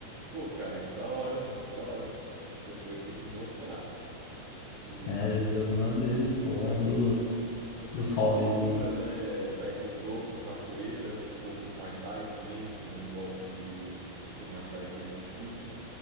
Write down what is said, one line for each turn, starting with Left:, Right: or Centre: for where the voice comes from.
Right: Pô, cara, que da hora, que da hora. Depois tem que me mostrar. E
Left: É, já fiz algumas vezes, pô.
Right: que
Left: É
Right: eu,
Left: um dos,
Right: o Sanji
Left: dos hobbies,
Right: ele mistura,
Left: viu?
Right: né, taekwondo com capoeira, com um pouco de Muay Thai também, tem uns golpes de, de Muay Thai que é de chute.